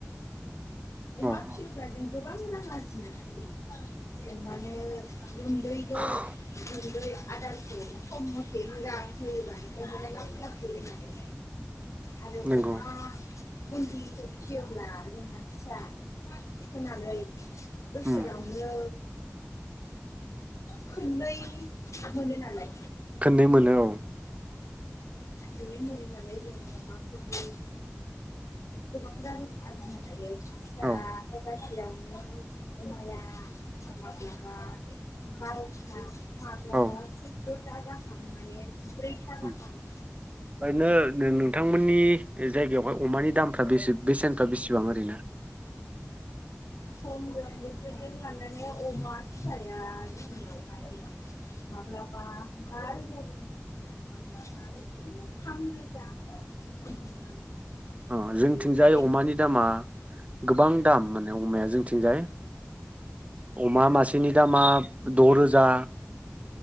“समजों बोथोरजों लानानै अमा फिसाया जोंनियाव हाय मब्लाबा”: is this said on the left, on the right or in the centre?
Left